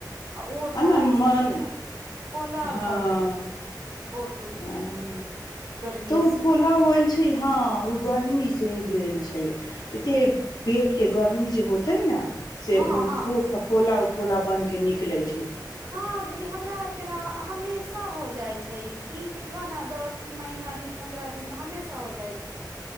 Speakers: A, on the right; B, on the left.
A: आ ओ ठारी
B: ने मन
A: सबमे न खोला
B: हँ
A: भ गेल छै ओठ उठ
B: हँ
A: मे गर्मी
B: तऽ ओ
A: से
B: फोला होल छै हँ ओ गर्मी से भेल छै एते पेट के गर्मी जे होते न से
A: हँ
B: ओ
A: हँ
B: फु-फफोला उ कोला बन के निकले छौ
A: हँ दीदी हमरा आर के न हमेशा हो जाइ छै ई चीज वा ने दस दिन महना दिन पन्द्रह दिन मे हमेशा हो जाइ छै